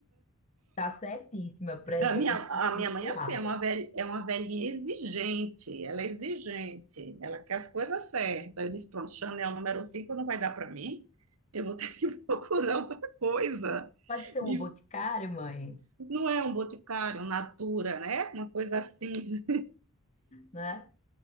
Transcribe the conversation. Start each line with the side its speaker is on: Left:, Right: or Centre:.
Left: Tá certíssima, presente
Right: A minha, a
Left: pessoal.
Right: minha mãe, é assim, é uma velha, é uma velhinha exigente, ela é exigente, ela quer as coisas certas. Eu disse, pronto, Chanel número 5 não vai dar para mim, eu vou ter que <laughs> procurar outra coisa.
Left: Pode ser
Right: Me-
Left: um boticário, mãe,
Right: Não é um boticário, um Natura, né? Uma coisa assim.
Left: né?